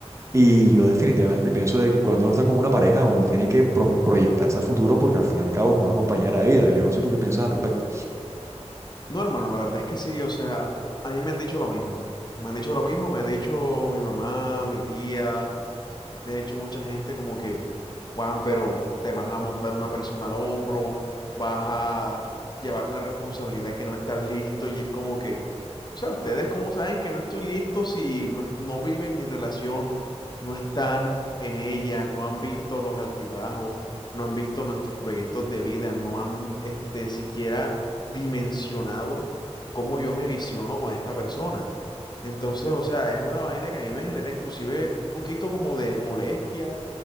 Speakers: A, on the right (about 25°); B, on the left (about 40°).
A: Y yo definitivamente pienso de que cuando uno está con una pareja, uno tiene que pro- proyectarse al futuro porque al fin y al cabo es una compañera de vida. Yo no sé tú qué piensas al respecto.
B: No, hermano, la verdad es que sí. O sea, a mí me han dicho lo mismo. Me han dicho lo mismo. Me ha dicho mi mamá, mi tía. Me ha dicho mucha gente como que, Juan, pero te vas a montar una persona al hombro, vas a llevar una responsabilidad que no estás listo y es como que, o sea, ustedes cómo saben que no estoy listo si no, es- no viven mi relación, no están en ella, no han visto los altibajos, no han visto nuestros proyectos de vida, no han este, siquiera dimensionado cómo yo me visiono con esta persona. Entonces, o sea, es una vaina que a mí me genera inclusive un poquito como de molestia